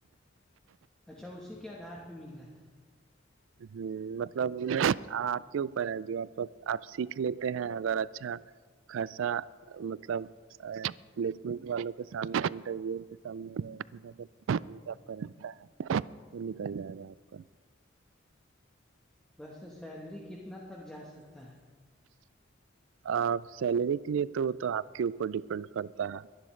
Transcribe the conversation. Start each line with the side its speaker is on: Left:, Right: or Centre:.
Centre: اچھا اسی کے آدھار پہ مل جاتا ہے
Right: ہ مطلب آپ کے اوپر ہے جو آپ سیکھ لیتے ہیں اگر اچھا خاصا مطلب پلیسمنٹ والوں کے سامنے انٹرویو سامنے سب کا رہتا ہے تو نکل جائے گا آپ کا
Centre: ویسے سیلری کتنا تک جا سکتا ہے
Right: آ سیلری کے لیے تو تو آپ کے اوپر ڈیپینڈ کرتا ہے